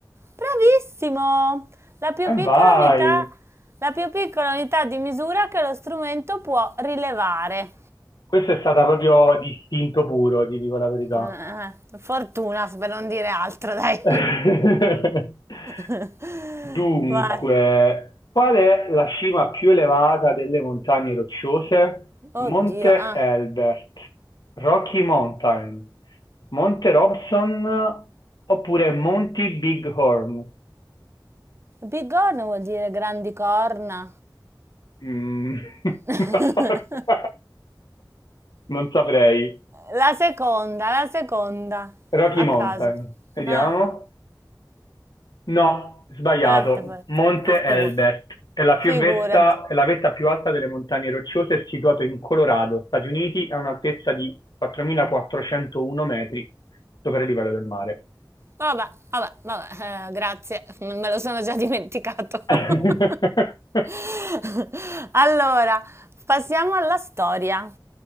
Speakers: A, on the right; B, on the left.
A: Bravissimo! La più
B: E
A: piccola
B: vai,
A: unità, la più piccola unità di misura che lo strumento può rilevare.
B: questo è stata proprio di istinto puro, ti dico la verità.
A: Eh, fortuna, per non dire altro, dai.
B: <laughs>
A: <laughs>
B: Dunque,
A: Vai.
B: qual è la cima più elevata delle montagne rocciose? Monte
A: Oddio, ah.
B: Elbert, Rocky Mountain, Monte Robson oppure Monti Bighorn?
A: Bigorna vuol dire grandi corna.
B: Mm.
A: <laughs>
B: <laughs> Non saprei.
A: La seconda, la seconda,
B: Rocky
A: a
B: Mountain,
A: caso.
B: vediamo.
A: Ah,
B: No, sbagliato.
A: guardate pure.
B: Monte
A: No,
B: Elbert
A: figu-
B: è la, più
A: figurati.
B: vetta- è la vetta più alta delle montagne rocciose, è situato in Colorado, Stati Uniti, a un'altezza di 4.401 metri sopra il livello del mare.
A: Vabbè, vabbè, vabbè, eh, grazie, <laughs> me lo sono già dimenticato.
B: <laughs>
A: <laughs> Allora, passiamo alla storia.